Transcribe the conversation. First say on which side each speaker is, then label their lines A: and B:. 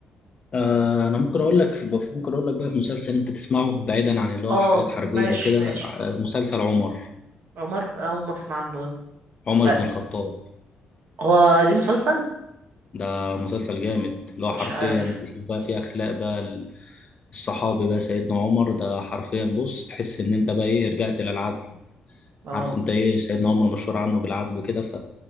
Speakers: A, on the left (about 35°); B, on the right (about 70°).
A: آه، انا ممكن اقول لك ممكن اقول لك بقى في مسلسل انت تسمعه بعيدا عن اللي هو
B: اه
A: حاجات حربيه
B: ماشي
A: وكده
B: ماشي
A: آه، مسلسل عمر
B: عمر اول مرة اسمع عنه ده
A: عمر
B: طيب
A: بن الخطاب
B: هو ليه مسلسل
A: ده مسلسل جامد اللي هو
B: مش
A: حرفيا
B: عارف
A: تشوف بقى فيه اخلاق بقى الصحابي بقى سيدنا عمر ده حرفيا بص تحس ان انت بقى ايه رجعت للعدل
B: اه
A: عارف انت ايه سيدنا عمر مشهور عنه بالعدل وكده ف...